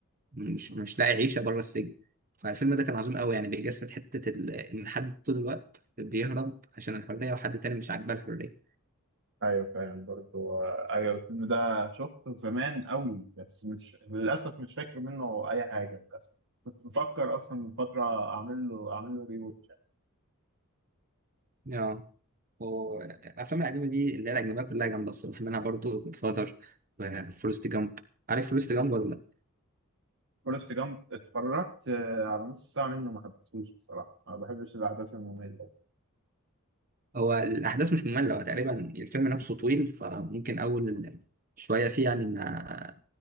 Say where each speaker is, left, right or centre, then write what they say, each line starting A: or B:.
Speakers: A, on the right; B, on the right.
A: مش مش لاقي عيشه بره السجن فالفيلم ده كان عظيم قوي يعني بيجسد حته ال... ان حد طول الوقت بيهرب عشان الحريه وحد تاني مش عاجباه الحريه
B: ايوه فاهم برضه آه، ايوه الفيلم ده شفته زمان قوي بس مش للاسف مش فاكر منه اي حاجه للاسف كنت بفكر اصلا من فتره اعمل له اعمل له ريوتش
A: اه والافلام القديمه دي اللي هي الاجنبيه كلها جامده الصراحه منها برضو جود فاذر وفورست جامب عارف فورست جامب ولا لأ؟
B: فورست جامب اتفرجت آه، على نص ساعه منه ما حبيتهوش بصراحه ما بحبش الاحداث الممله
A: هو الأحداث مش مملة هو تقريبا الفيلم نفسه طويل فممكن أول شوية فيه يعني ما